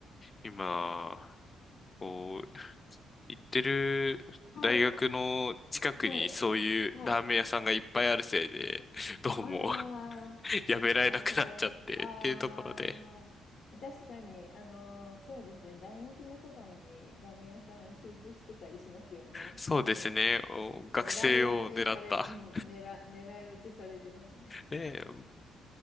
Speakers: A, on the left (about 25°); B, on the left (about 70°).
A: 今、こう、行ってる大学の近くにそういうラーメン屋さんがいっぱいあるせいで、
B: はい、はい、はい。
A: <laughs> どうも
B: ああ、
A: <laughs> やめられなくなっちゃってっていうところで、
B: なるほど。ああ、確かに、あのーそうですね、大学のそばにラーメン屋さん集中してたりしますよね。
A: そうですね、
B: も
A: お学生を狙った。
B: う、狙い撃ちされ、うん、狙、狙い撃ちされてますね。
A: ねえ